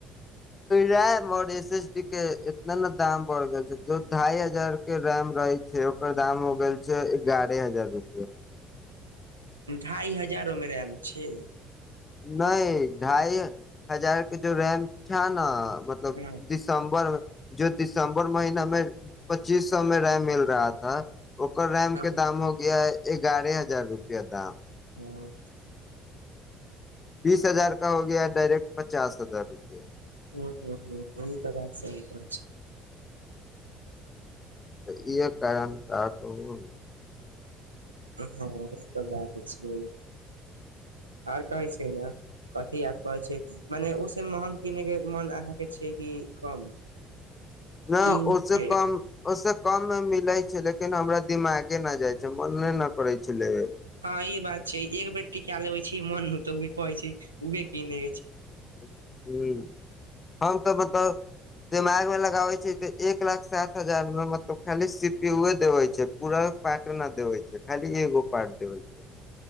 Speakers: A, on the left (about 25°); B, on the right (about 85°).
A: रैम और एस एस डी के एतना ना दाम बढ़ गेल छै जो ढाई हजार के रैम रहै छै, ओकर दाम हो गेल छै एगारे हजार रुपया।
B: ढ़ाई हजार ओय मे रैम छै।
A: नै ढाई हजार के जो रैम छा ना मतलब
B: हँ
A: दिसम्बर मे <unintelligible> ओकर रैम
B: हँ
A: के दाम हो गया है। एगारे हजार रुपया दाम।
B: हाँ।
A: <unintelligible>
B: ह्म्म, ह्म्म, ह्म्म ई ते बात सही कहे छै।
A: तऽ इहे कारण साथहु
B: हाँ ई ते बात छै आर कहै छै ने कथी याद पड़े छै, मने उ से महग किनेै के मन अहाँ के छै कि कम
A: ना
B: कि उहे
A: ओ
B: छियै
A: से कम, ओय से कम मे मिलय छै, ले किन हमरा दिमागे ना जाय छै, मने ना करे छै ले
B: हाँ ई बात छै एक बेर टिका लेबै छी मन, ते उहे कहै छै, उहे कीने
A: ह्म्म हम ते मतलब दिमाग मे लगाबै छै तऽ एक लाख सात हजार मे मतलब खाली सी पी यू देवै छै, पूरा पार्टो न देवै छै, खाली एगो पार्ट देवै छै।